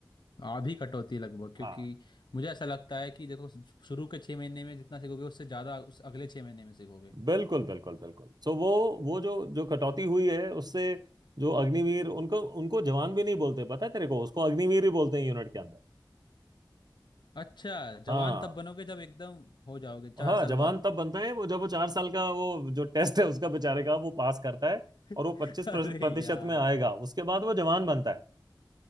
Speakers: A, on the left; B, on the right.
A: आधी कटौती लगभग क्योंकि
B: हाँ
A: मुझे ऐसा लगता है कि देखो शुरू के छः महीने में जितना सीखोगे उससे ज़्यादा उस अगले छः महीने में सीखोगे
B: बिल्कुल बिल्कुल बिल्कुल सो वो वो जो जो कटौती हुई है उससे जो अग्निवीर उनको उनको जवान भी नहीं बोलते पता है तेरे को उसको अग्निवीर ही बोलते हैं यूनिट के अंदर
A: अच्छा जवान
B: हाँ
A: तब बनोगे जब एकदम हो जाओगे चार
B: हाँ
A: साल
B: जवान
A: बाद
B: तब बनता है वो जब वो चार साल का वो जो टेस्ट है उसका बेचारे का वो पास करता है
A: <laughs>
B: और वो पच्चीस
A: अरे
B: प्रतिशत
A: यार
B: में आएगा उसके बाद वो जवान बनता है